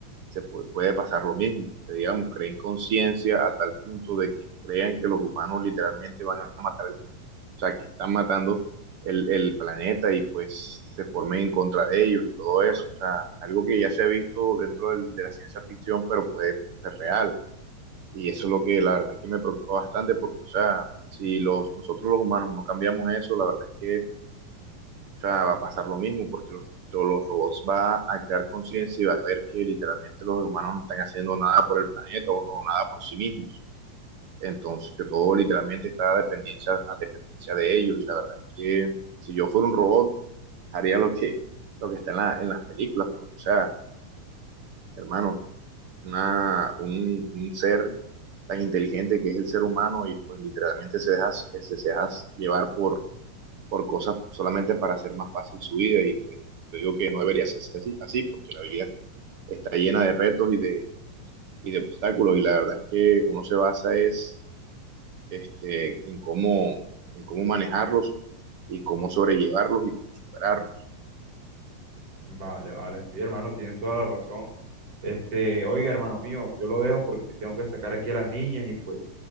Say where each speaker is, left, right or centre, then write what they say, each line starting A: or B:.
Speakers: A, on the right; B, on the right.
A: se puede, puede pasar lo mismo, que digamos, creen conciencia a tal punto de que crean que los humanos literalmente van a matar, el- o sea, que están matando el, el planeta y pues se formen en contra de ellos y todo eso, o sea, algo que ya se ha visto dentro del, de la ciencia ficción, pero puede ser real. Y eso es lo que la verdad es que me preocupa bastante porque, o sea, si los, nosotros los humanos no cambiamos eso, la verdad es que o sea, va a pasar lo mismo porque los, lo- los robots van a crear conciencia y va a ver que literalmente los humanos no están haciendo nada por el planeta o, o nada por sí mismos. Entonces, que todo literalmente está a dependencia, a dependencia de ellos. Y la verdad es que si yo fuera un robot, haría lo que, lo que está en, la, en las películas, porque, o sea, hermano, una, un, un, ser tan inteligente que es el ser humano y pues literalmente se deja, se, se deja llevar por, por cosas solamente para hacer más fácil su vida y pues yo digo que no debería ser así, así porque la vida está llena de retos y de, y de obstáculos y la verdad es que uno se basa es este, en, cómo, en cómo manejarlos y cómo sobrellevarlos y cómo superarlos.
B: Vale, vale, sí, hermano, tienes toda la razón. Este, oiga, hermano mío, yo lo dejo porque tengo que sacar aquí a las niñas y pues